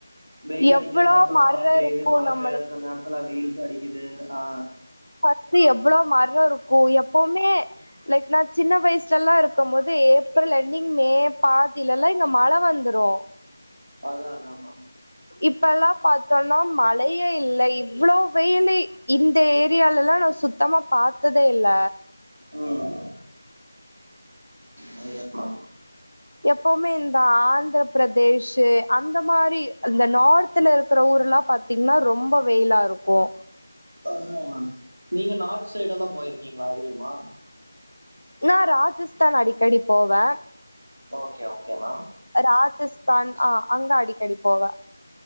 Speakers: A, on the right; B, on the left.
A: வெயில் அடிக்கிற
B: எவ்ளோ
A: நேரத்துல
B: மர
A: மழ பெய்யுது
B: இருக்கு
A: மழ
B: நம்மளுக்கு
A: பெய்யறத்து நேர்த்துல வெயில் அடிக்குது ஆ
B: ஃபஸ்ட்டு எவ்ளோ மரோ இருக்கூ எப்பவுமே லைக் நா சின்ன வயசுல்லா இருக்கம் போது ஏப்ரல் என்டிங் மே பாதிலல்லா இங்க மழ வந்துரூ
A: அதா அதா மேம்
B: இப்பெல்லா பார்த்தோன்னா மழையே இல்ல இவ்ளோ வெயிலு இந்த ஏரியாலெல்லா நா சுத் தமா பாத்ததே இல்ல
A: ம் அது கரெக்ட் தா
B: எப்போமே இந்த ஆந்திர பிரதேஷு அந்த மாரி அந்த நார்த் த்துல இருக்குற ஊர்ல்லா பாத்தீங்கன்னா ரொம்ப வெயில்லா இருக்கோ
A: அதூதா மேம் நீங்க நார்த் சைடெல்லா போயிருக்கீங்ளா அதிகமா
B: நா ராஜஸ்தான் அடிக்கடி போவே
A: ஓக்கே ஓக்கே மேம்
B: ராஜஸ்தான் ஆ அங்க அடிக்கடி போவே